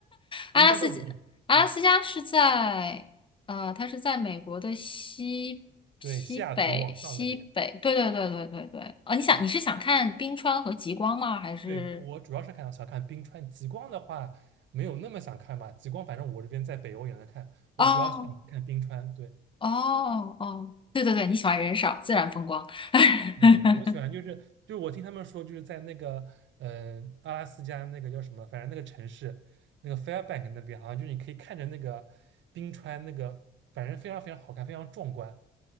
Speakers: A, on the left; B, on the right.
A: 阿拉斯加，
B: 应该都不近。
A: 阿拉斯加是在，
B: 嗯
A: 呃，它是在美国的西西北西北，
B: 对，西雅图往上那边，
A: 对对对对对对。啊、你想你是想看冰川和极光吗？
B: 嗯，
A: 还是？
B: 对，我主要是看想看冰川，极光的话没有那么想看吧，极光反正我这边在北欧也能看，我主要是想看冰川，
A: 哦
B: 对，
A: 哦哦，对对对，你喜欢人少，自然风光。<laughs>
B: 对，我喜欢就是就是我听他们说就是在那个呃阿拉斯加那个叫什么，反正那个城市那个 Fairbank 那边好像就是你可以看着那个冰川那个，反正非常非常好看，非常壮观，